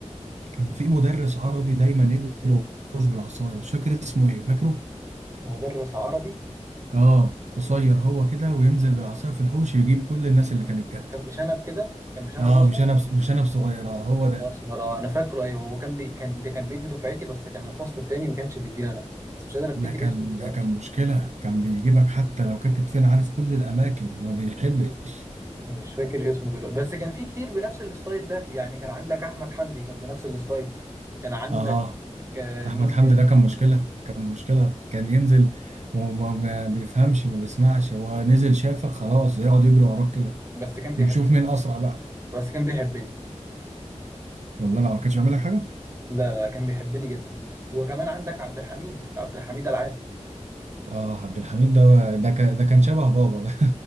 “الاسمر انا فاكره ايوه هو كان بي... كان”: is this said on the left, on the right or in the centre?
Right